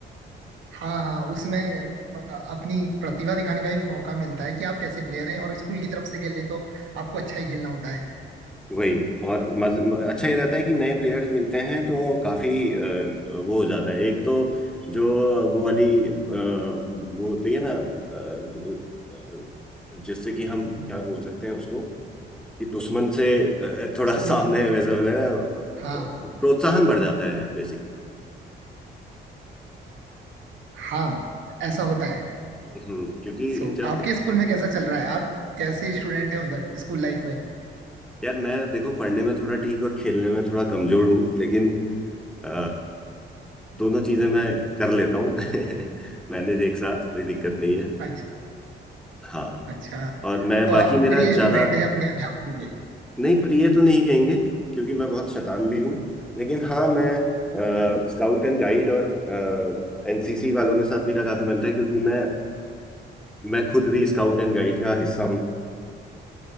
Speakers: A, on the right (about 70°); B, in the centre.
A: हाँ हाँ उसमें अ, अपनी प्रतिभा दिखाने का भी मौका मिलता है कि आप कैसे प्लेयर हैं और स्कूल की तरफ से खेल रहे हैं तो आपको अच्छा ही खेलना होता है
B: वही और मज, म- अच्छा ये रहता है कि नए प्लेयर्स मिलते हैं तो काफी अ, वो हो जाता है एक तो जो वो वाली अ, वो होती है ना अ, दु- अ, जिससे कि हम क्या बोल सकते हैं उसको कि दुश्मन से अ, थोड़ा
A: उसको
B: <laughs> सामने
A: बोल सकते हैं
B: वैसे बोले ना,
A: हाँ
B: प्रोत्साहन बढ़ जाता है बेसिकली
A: हाँ ऐसा होता है
B: हम्म क्योंकि
A: सो
B: जब
A: आपके स्कूल में कैसा चल रहा है आप कैसे स्टूडेंट हैं उधर स्कूल लाइफ में
B: यार मैं देखो पढ़ने में थोड़ा ठीक और खेलने में थोड़ा कमजोर हूँ लेकिन अ, दोनों चीजें मैं कर लेता हूँ <laughs> मैनेज एक साथ कोई दिक्कत नहीं है
A: अच्छा
B: हाँ
A: अच्छा
B: और मैं
A: तो
B: बाकी
A: आप
B: मेरा
A: प्रिय
B: ज्यादा
A: स्टूडेंट हैं अपने अध्यापकों के
B: नहीं प्रिय तो नहीं कहेंगे क्योंकि मैं बहुत शैतान भी हूँ लेकिन हाँ मैं स्काउट एंड गाइड और एनसीसी वालों के साथ मेरा काफी बनता है क्योंकि मैं मैं खुद भी स्काउट एंड गाइड का हिस्सा हूँ